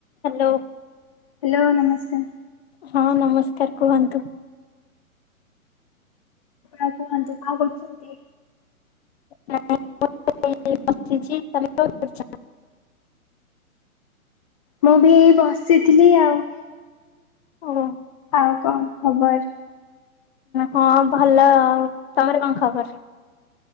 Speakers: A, on the left; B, on the left.
A: Hello.
B: Hello ନମସ୍କାର।
A: ହଁ ନମସ୍କାର କୁହନ୍ତୁ?
B: ଆଉ କୁହନ୍ତୁ କଣ କରୁଚନ୍ତି?
A: ବସିଚି ତମେ କଣ କରୁଚ?
B: ମୁଁବି ଏଇ ବସିଥିଲି ଆଉ।
A: ଓହୋ।
B: ଆଉ କଣ ଖବର?
A: ହଁ ଭଲ ଆଉ ତମର କଣ ଖବର?